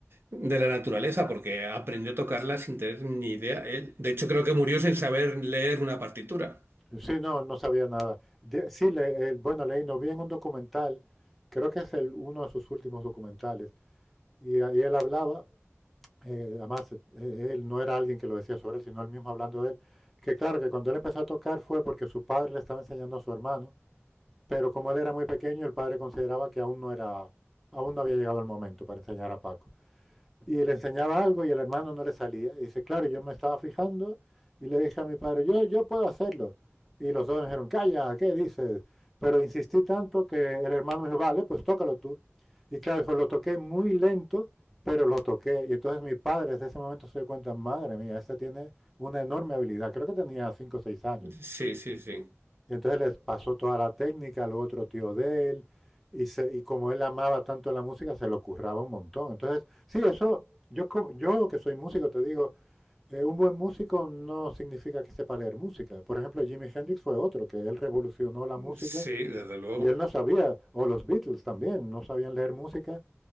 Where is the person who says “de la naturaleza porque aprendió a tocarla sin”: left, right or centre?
Right